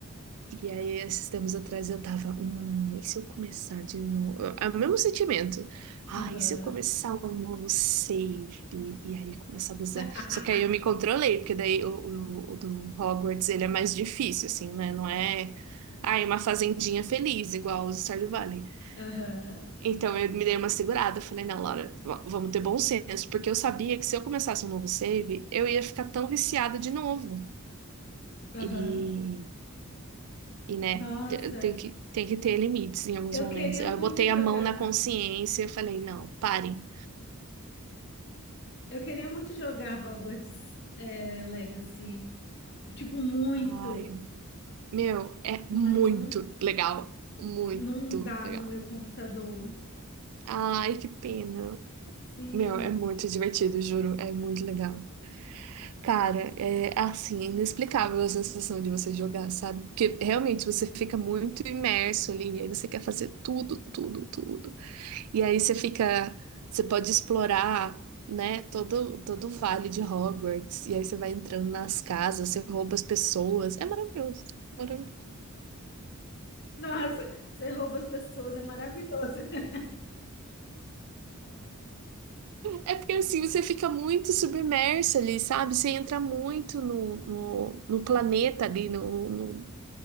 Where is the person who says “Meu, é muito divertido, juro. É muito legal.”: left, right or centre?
Right